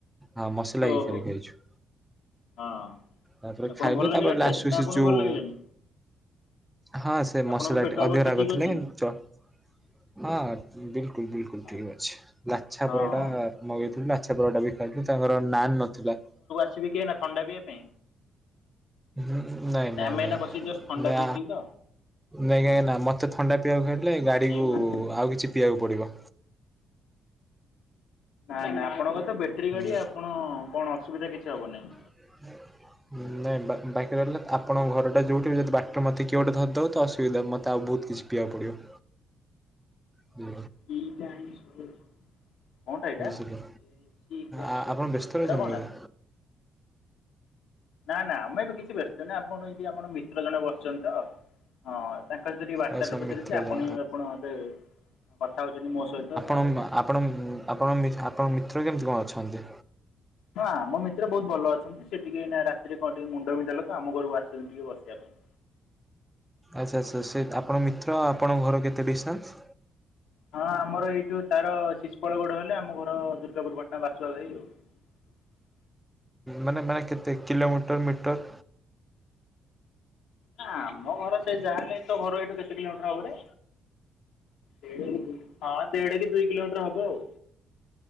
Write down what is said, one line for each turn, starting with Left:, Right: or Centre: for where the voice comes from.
Centre: ହଁ ମସଲା ହେଇ
Left: ଓହୋ
Centre: କରିିକି ଖାଇଛୁ।
Left: ହଁ
Centre: ତାପରେ
Left: ଆପଣ
Centre: ଖାଇଲୁ
Left: ଭଲ ଲାଗିଲା
Centre: ତାପରେ
Left: ଟେଷ୍ଟ
Centre: ଲାଷ୍ଟ
Left: ନା
Centre: ସେ
Left: ଆପଣଙ୍କୁ
Centre: ଯୋଉ
Left: ଭଲ ଲାଗିଲାନି
Centre: ହଁ ସେ
Left: ଆପଣଙ୍କ
Centre: ମସଲାଟି
Left: ପେଟ ଅବସ୍ଥା
Centre: ଅଧିକ ରାଗ
Left: ଠିକ୍
Centre: ଥିଲେ
Left: ଅଛି?
Centre: କିନ୍ ଚ ହଁ ବିଲ୍ କୁଲ୍ ବିଲ୍ କୁଲ୍
Left: ହଁ
Centre: ଠିକ୍ ଅଛି। ଗାଛା
Left: ହଁ।
Centre: ପରଟା ମଗେଇଥିଲୁ ଗାଛା ପରଟା ବି ଖାଇଥିଲୁ ତାଙ୍କର ନାନ ନଥିଲା।
Left: ବିକି ଏଇନା ଥଣ୍ଡା ପିଇବା ପାଇଁ।
Centre: ହଁ ନାଇଁ
Left: ନା
Centre: ନାଇଁ
Left: ଆମେ
Centre: ନାଇଁ
Left: ଏଇନା ବସି ଜଷ୍ଟ ଥଣ୍ଡା
Centre: ନା।
Left: ପିଉଥିଲୁ ତ
Centre: ନାଇଁ କାଇଁ ନା ମତେ ଥଣ୍ଡା ପିଇବାକୁ କହିଥିଲେ ହେ ଗାଡି
Left: ସିଏ
Centre: କୁ
Left: ମା
Centre: ଆଉ କିଛି ପିଆକୁ ପଡ଼ିବ।
Left: ନାଇଁ ନାଇଁ ଆପଣଙ୍କ ତ ବ୍ୟାଟେରୀ ଗାଡି
Centre: ଆଜ୍ଞା।
Left: ଆପଣ କଣ ଅସୁବିଧା କିଛି ହବ ନାହିଁ।
Centre: ହୁଁ ନାଇଁ ବା ବାକି ରହିଲା ଆପଣ ଘରଟା ଯୋଉଠି ଯଦି ବାଟରେ ମତେ କିଏ ଗୋଟେ ଧରି ଦବ ତ ଅସୁବିଧା ମୋତେ ଆଉ ବହୁତ କିଛି ପିଆକୁ ପଡ଼ିବ। ହୁଁ
Left: <unintelligible> କଣଟା
Centre: ବୁଝିଲେ
Left: ଏଇଟା ଏଟା
Centre: ଆ ଆପଣ ବ୍ୟସ୍ତ ରହିଛନ୍ତି
Left: କଣଟା?
Centre: ବୋଧେ
Left: ନା ନା ଆମେ ବି କିଛି ବ୍ୟସ୍ତ ନାହିଁ। ଆପଣର ଆମର ମିତ୍ର ଜଣେ ବସିଛନ୍ତି ତ। ହଁ ତାଙ୍କ ସହିତ ଟିକେ ବାର୍ତ୍ତାଳାପ
Centre: ଆଚ୍ଛା ମିତ୍ର
Left: ଚାଲିଚି। ଆପଣ
Centre: ଜଣ
Left: ଆପଣେ କଥା ହଉଛନ୍ତି ମୋ ସହିତ ତ।
Centre: ଆପଣମ୍ ଆପଣ ମ୍ ଆପଣଙ୍କ ମିତ୍ର କେମିତି କଣ ଅଛନ୍ତି?
Left: ହଁ ଆମ ମିତ୍ର ବହୁତ ଭଲ ଅଛନ୍ତି ସେ ଟିକେ ନା ରାତିରେ କଣ ଟିକେ ମୁଣ୍ଡ ବିନ୍ଧା ହେଲା ଆମ ଘରକୁ ଆସିଛନ୍ତିିବସିବା ପାଇଁ।
Centre: ଆଚ୍ଛା ଆଚ୍ଛା ସେ ଆପଣ ମିତ୍ର ଆପଣଙ୍କ ଘର କେତେ ଡିଷ୍ଟାନ୍ସ
Left: ହଁ ଆମର ଏଇଠୁ ତାର ଶିଶପଳ ଗୋଡ଼ ହେଲେ ଆମ ଘର ଦୁର୍ଗାପୁରପଟଣା ବାସୁଆ ଘାଇ ଆଉ। ହ <unintelligible>
Centre: ମାନେ ମାନେ କେତେ କିଲୋମିଟର ମିଟର?
Left: ନା ଆମ ଘର ସେ ଯାହା ହେେଲେ ତ ଘର ଏଇଠୁ କେତେ କିଲୋମିଟର ହବରେ? ଦେଢ଼ ହଁ ଦେଢ଼ କି ଦୁଇ କିଲୋମିଟର ହବ ଆଉ।